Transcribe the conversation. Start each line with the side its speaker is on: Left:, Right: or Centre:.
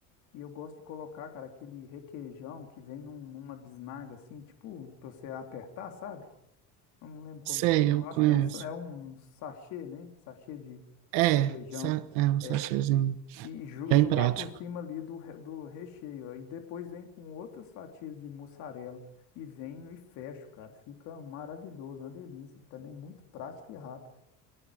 Left: E eu gosto de colocar, cara, aquele requeijão que vem num- numa bisnaga assim, tipo, pra você apertar, sabe? Eu não lembro como
Right: Sei,
Left: que chama.
Right: eu
Left: Eu acho
Right: conheço.
Left: que é um, sa- é um sachê, né? Sachê de
Right: É,
Left: requeijão.
Right: sa- é um
Left: É,
Right: sachêzinho.
Left: e ju-
Right: Bem
Left: julgar
Right: prático.
Left: por cima ali do, re- do recheio. E depois vem com outras fatias de mussarela. E venho e fecho, cara. Fica maravilhoso, uma delícia. Também muito prático e rápido.